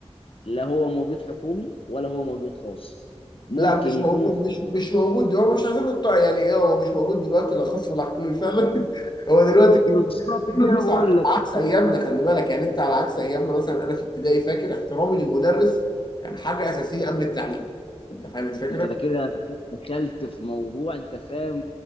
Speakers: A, on the left; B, on the left.
A: لا هو موجود حكومي ولا هو موجود خاص ممكن
B: لا مش
A: يكون
B: موجود مش مش موجود دلوقتي مش عايزين نقطع يعني ايه هو مش موجود دلوقتي لا خاص ولا حكومي فعلا <laughs> هو دلوقتي
A: بالظبط
B: المدرسة
A: ده أنا بقول
B: على
A: لك
B: عكس ايامنا خلي بالك يعني انت على عكس ايامنا مثلا انا في ابتدائي فاكر احترامي للمدرس كان حاجه اساسيه قبل التعليم انت فاهم الفكره؟
A: انت ده كده دخلت في موضوع انت فاهم